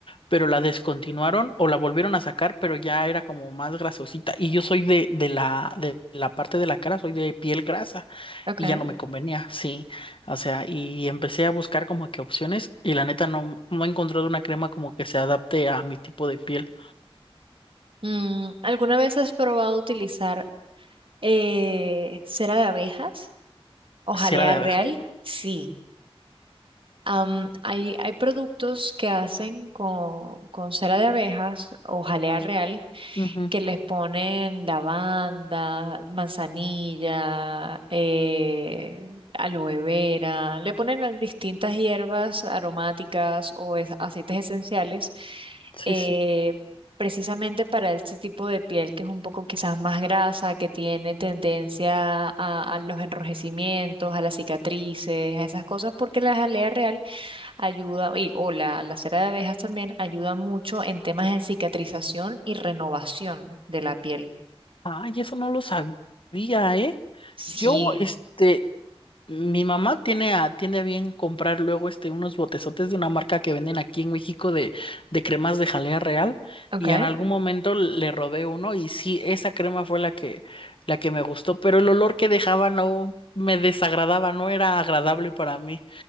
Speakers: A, on the left; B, on the right.
A: pero la descontinuaron o la volvieron a sacar, pero ya era como más grasosita. Y yo soy de, de la, de la parte de la cara, soy de piel grasa
B: Okay.
A: y ya no me convenía, sí. O sea, y empecé a buscar como que opciones y la neta no, no he encontrado una crema como que se adapte a mi tipo de piel.
B: Mm, ¿alguna vez has probado utilizar eh, cera de abejas o jalea
A: Cera de
B: real?
A: abeja.
B: Sí. Am, hay, hay productos que hacen con, con cera de abejas o jalea real
A: Ujú,
B: que les ponen lavanda, manzanilla, eh, aloe vera, le ponen a distintas hierbas aromáticas o es- aceites esenciales
A: Sí,
B: eh,
A: sí.
B: precisamente para este tipo de piel que es un poco quizás más grasa, que tiene tendencia a, a los enrojecimientos, a las cicatrices, a esas cosas, porque la jalea real ayuda, y, o la, la cera de abejas también ayuda mucho en temas de cicatrización y renovación de la piel.
A: Ay, eso no lo sabía, ¿eh? Yo,
B: Sí,
A: este, Mi mamá tiene a, tiene a bien comprar luego este, unos botezotes de una marca que venden aquí en México de, de cremas de jalea real
B: ok,
A: y en algún momento le robé uno y sí, esa crema fue la que, la que me gustó, pero el olor que dejaba no me desagradaba, no era agradable para mí,